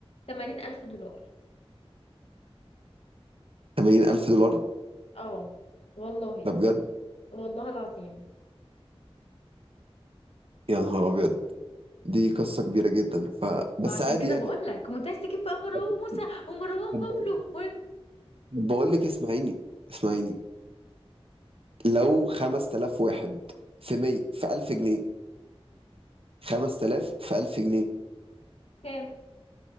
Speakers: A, on the left; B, on the right.
A: 80000 الف دولار
B: 80000 دولار
A: اه والله
B: ده بجد
A: والله العظيم
B: يا نهار ابيض دي قصة كبيرة جدا ف بس
A: ما عشان
B: عادي
A: كده
B: يعني
A: بقول لك وانت عايز تجيب بقى مروان
B: طب
A: موسى ومروان
B: طب
A: بابلو
B: بقول لك
A: وين
B: طب بقول لك اسمعيني اسمعيني لو 5000 واحد في 100 في 1000 جنيه 5000 في 1000 جنيه
A: كام